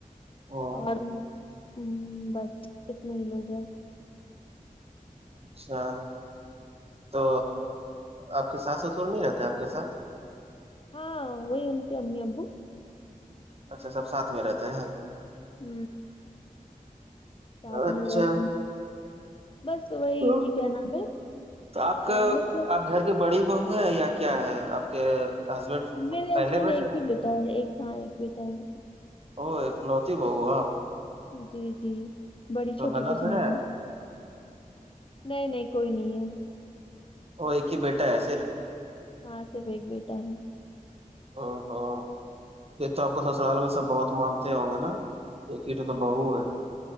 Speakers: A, on the right; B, on the left.
A: ہوں
B: اور ہ بس اتنے ہی لوگ ہیں
A: اچھا تو آپ کے ساس سسور نہیں رہتے آپ کے ساتھ
B: ہاں وہی ان کے امی ابو
A: اچھا سب سات میں رہتے ہیں
B: ہ ساتھ
A: اچھا
B: میں رہتی ہ بس وہی
A: تو
B: کہ کیا نام ہے
A: تو آپ کا
B: آ مطلب
A: آپ گھر کی بڑی بہو ہے یا کیا ہے آپ کے ہسبینڈ
B: میرے
A: پہلے
B: ہسبینڈ
A: بیٹے
B: ایک
A: ہیں
B: ہی بیٹا ہے ایک ہاں ایک بیٹا ہے
A: ا ایک لوتی بہو آپ
B: جی جی بڑی
A: تو
B: چھوٹی
A: نند
B: کچھ نہیں
A: ہے
B: ہو نہیں نہیں کوئی نہیں ہے
A: وہ ایک ہی بیٹا ہے صرف
B: ہاں تو ایک بیٹا ہے
A: ہ ہاں ایک تو آپ کو سسرال میں سب بہت مانتے ہوں گے نا ایک ہی تو بہو ہے